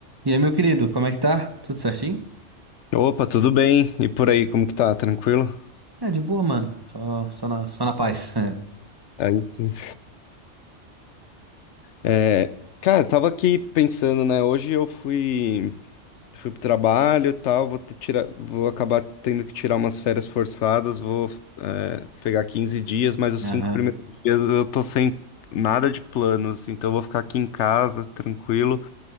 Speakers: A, on the right; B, on the left.
A: E aí, meu querido, como é que tá? Tudo certinho?
B: Opa, tudo bem? E por aí, como que tá? Tranquilo?
A: É, de boa, mano. Só, só na, só na paz. <laughs>
B: Aí sim. É, cara, eu tava aqui pensando, né? Hoje eu fui, fui pro trabalho e tal, vou ter, tirar, vou acabar tendo que tirar umas férias forçadas, vou é, pegar 15 dias, mas os
A: Aham.
B: cinco primeiros dias eu tô sem nada de planos, então eu vou ficar aqui em casa, tranquilo.